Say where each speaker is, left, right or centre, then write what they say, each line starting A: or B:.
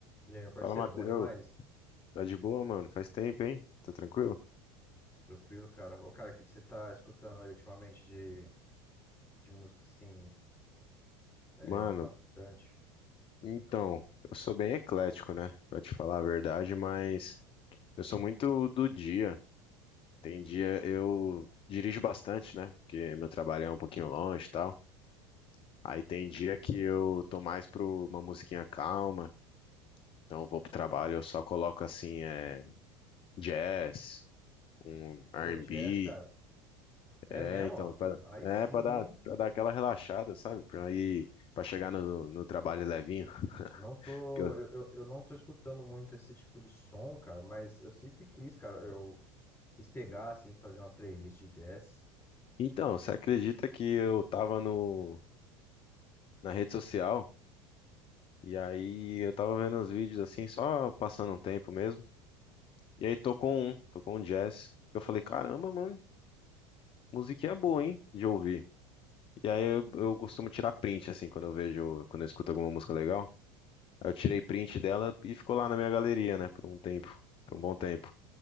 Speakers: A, on the left (about 15°); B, on the left (about 35°).
A: E aí, meu parceiro,
B: Fala, Matheus.
A: bom demais?
B: Tá de boa, mano? Faz tempo, hein? Tá tranquilo?
A: Tranquilo, cara. Ô, cara, o que que você tá escutando aí ultimamente de, de música, assim, é,
B: Mano,
A: impactante?
B: então, eu sou bem eclético, né? Pra te falar a verdade, mas eu sou muito do dia. Tem dia eu dirijo bastante, né? Porque meu trabalho é um pouquinho longe e tal. Aí tem dia que eu tô mais pro uma musiquinha calma. Então eu vou pro trabalho, eu só coloco assim, é, jazz, um R&B.
A: Pô, jazz, cara. É
B: É,
A: mesmo?
B: então, pra,
A: Aí
B: é,
A: sim,
B: pra dar,
A: hein?
B: pra dar aquela relaxada, sabe? Pra ir. Pra chegar no, no trabalho levinho.
A: Não tô...
B: que eu-
A: Eu, eu, eu não tô escutando muito esse tipo de som, cara, mas eu sempre quis, cara. Eu quis pegar, assim, fazer uma playlist de jazz.
B: Então, você acredita que eu tava no, na rede social e aí eu tava vendo uns vídeos assim, só passando um tempo mesmo. E aí tocou um, tocou um jazz. Eu falei, caramba, mano, musiquinha boa, hein, de ouvir. E aí eu, eu costumo tirar print, assim, quando eu vejo, quando eu escuto alguma música legal. Aí eu tirei print dela e ficou lá na minha galeria, né, por um tempo, por um bom tempo.